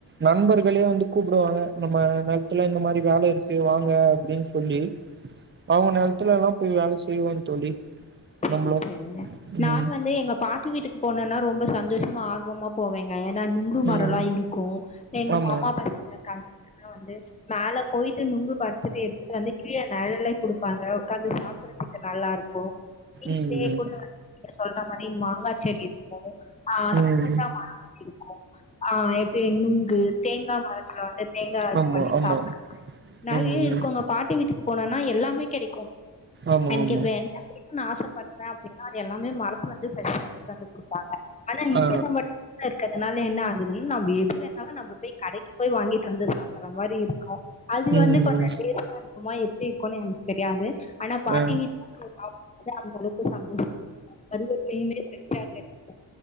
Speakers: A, on the right (about 25°); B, on the left (about 15°).
A: நண்பர்களே வந்து கூப்டுவாங்க நம்ம நெலத்துல இந்த மாரி வேல இருக்கு வாங்க அப்டின்னு சொல்லி அவங்க நெலத்துல எல்லா போய் வேல செய்வோ தோழி
B: செரி
A: நம்மளும்
B: செரிங்க நானு
A: ம்
B: வந்து எங்க பாட்டு வீட்டுக்கு போனேன்னா ரொம்ப சந்தோஷமா ஆர்வமா போவேங்க ஏன்னா நுங்கு மரல்லா
A: ம்
B: இருக்கு எங்க
A: ஆமா
B: மாமா பசங்க <unintelligible> வந்து மேலே போய்ட்டு நுங்கு பறிச்சிட்டு எடுத்துகிட்டு வந்து கீழே நெழல குடுப்பாங்க உக்காந்து சாப்பிடறதுக்கு நல்லா இருக்கு வீட்லயே
A: ம் ம்
B: கூட வந்து நீங்க சொல்ற மாரி மாங்கா செடி இருக்கு ஆ
A: ம்
B: சப்போட்டா மரமு இருக்கு ஆ எப்டி நுங்கு தேங்கா மரத்துல வந்து தேங்க இது
A: ஆமா
B: பண்ணி
A: ஆமா
B: சாப்பிடறது நெறைய
A: ம்
B: இருக்கோங்க
A: ம்
B: பாட்டு வீட்டுக்கு போனனா எல்லாமே கெடைக்கு
A: ஆமா
B: எனக்கு
A: ஆமா
B: வெண்ண புடிக்கு நா ஆசப் பட்றே அப்டினா அது எல்லாமே மரத்துலருந்து ஃப்ரெஷ்ஸா எடுத்து வந்து குடுப்பாங்க ஆனா
A: ஆ
B: இங்கனா மட் இருக்க அதனால என்ன ஆகுதுன் நம்ம எது வேணாலு நம்ப போயி கடைக்கு போய் வாங்கிட்டு வந்து சாப்பிற மாரி இருக்கு அது
A: ம்
B: வந்து கொஞ்சோ டேஸ்ட்டா இருக்கு மா எப்டி இருக்குனு எனக் தெரியாது ஆனா பாட்டி
A: ஆ
B: வீட்ல போய் சாப் து அந் எனக்கு சந்தோஷ கருவேப்லையுமே ஃப்ரெஷா கெடைக்கு